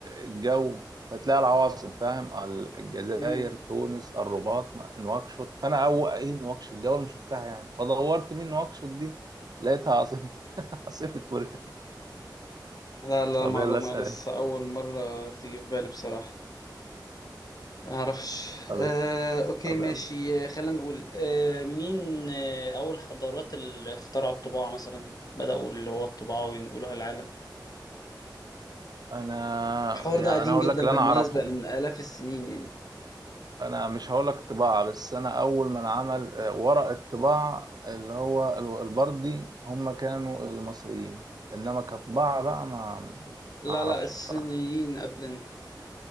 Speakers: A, on the right; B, on the left.
A: الجو فتلاقي العواصم فاهم الجزائر
B: مم.
A: تونس الرباط ما- نواكشوط فانا اول ايه نواكشوط دي اول ما شفتها يعني فدورت مين نواكشوط دي لقيتها عاصمة <laughs> عاصمة موريتانيا
B: لا لا
A: طب
B: معلومة
A: يلا اسأل
B: لسه
A: انت
B: أول مرة تيجي في بالي بصراحة معرفش
A: طب
B: آه،
A: اسأل
B: أوكي
A: طب
B: ماشي
A: يلا
B: آه، خلينا نقول آه، مين آه، أول حضارات اللي اخترعوا الطباعة مثلا بدأوا اللي هو الطباعة وينقلوها للعالم
A: انا
B: الحوار
A: يعني
B: ده قديم
A: انا هقول
B: جدا
A: لك اللي
B: بالمناسبة
A: انا اعرفه
B: يعني من آلاف السنين يعني
A: انا مش هقول لك طباعة بس انا اول من عمل آه، ورق الطباعة اللي هو ال- البردي هم كانوا المصريين انما كطباعة بقى ما
B: لا
A: ما اعرفش
B: لا الصينيين
A: بصراحة
B: قبلنا